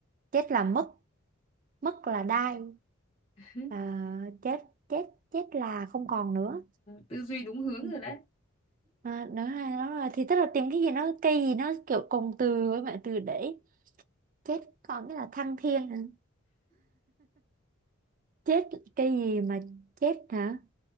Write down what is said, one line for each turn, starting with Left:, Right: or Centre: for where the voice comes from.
Right: chết là mất mất là đai
Left: <laughs>
Right: à, chết chết chết là không còn nữa
Left: Tư duy đúng hướng
Right: Ừ.
Left: rồi đấy.
Right: à, nữa là, nó là thì tức là tìm cái gì nó cây gì nó kiểu cùng từ với bạn từ để chết còn cái là thăng thiên hả? chết cây gì mà chết hả